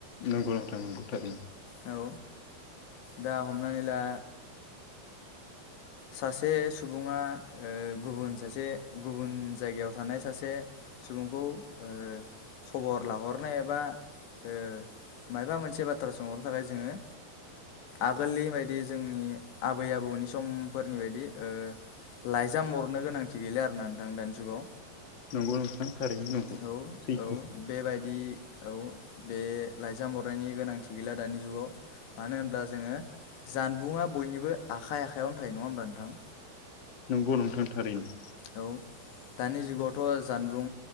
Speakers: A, on the left; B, on the left.
A: नंगौ नोंथां नंगौ थारैनो
B: औ दा हमनानै ला सासे सुबुङा ओ गुबुन सासे गुबुन जायगायाव थानाय सासे सुबुंखौ ओ खबर लाहरनाय एबा ओ माइबा मोनसे बाथ्रा सोंहरनो थाखाय जोङो ओ आगोलनि बायदि जोंनि आबै आबौनि सम फोरनि बायदि ओ लाइजाम हरनो गोनांथि गैला आरोना नोंथां दानि जुगाव
A: नंगौ नोंथां थारैनो नंगौ
B: औ
A: सैथो
B: औ बेबायदि औ बे लाइजाम हरनायनि गोनांथि गैला दानि जुगाव मानो होनब्ला जोङो जानबुंआ बयनिबो आखाइ आखायावनो थायो नङा होमब्ला नोंथां
A: नंगौ नोंथां थारैनो
B: औ दानि जुगावथ' जानबुं